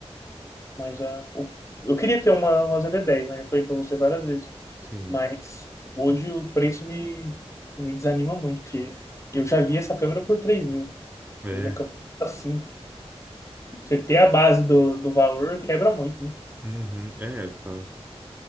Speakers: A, on the left; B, on the right.
A: Mas a, o- eu queria ter uma, uma zd dez, né? Já falei pra você várias vezes.
B: Sim.
A: Mas hoje o preço me, me desanima muito, porque eu já vi essa câmera por 3 mil.
B: É.
A: Hoje a câmera tá assim. Você ter a base do, do valor quebra muito, né?
B: Uhum. É, tá.